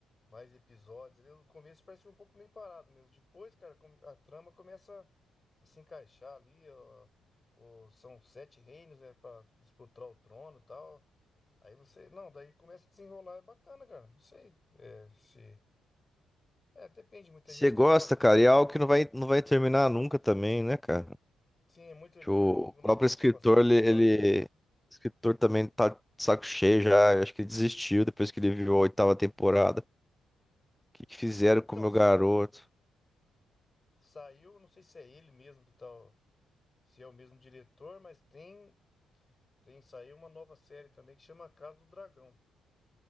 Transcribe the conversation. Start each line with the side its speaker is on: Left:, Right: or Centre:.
Left: mais episódios, ali, no começo parece um pouco meio parado mesmo. Depois, cara, com- a trama começa a se encaixar ali. Ó, ó, são sete reinos, né, pra disputar o trono e tal. Aí você. Não, daí começa a desenrolar. É bacana, cara. Não sei é, se. É, depende, muita
Centre: Você
Left: gente
Centre: gosta,
Left: que não gosta
Centre: cara,
Left: muito de.
Centre: e é algo que não vai, não vai terminar nunca também, né, cara?
Left: Sim, é muito é
Centre: Que O
Left: longo, né,
Centre: próprio
Left: cara?
Centre: escritor,
Left: Tem bastante
Centre: ele,
Left: episódio,
Centre: ele-
Left: né?
Centre: o escritor também tá de saco cheio já, eu acho que ele desistiu depois que ele viu a oitava temporada. O que que fizeram
Left: Então,
Centre: com o meu
Left: sai,
Centre: garoto?
Left: saiu, não sei se é ele mesmo que tal, se é o mesmo diretor, mas tem, tem saiu uma nova série também que chama Casa do Dragão.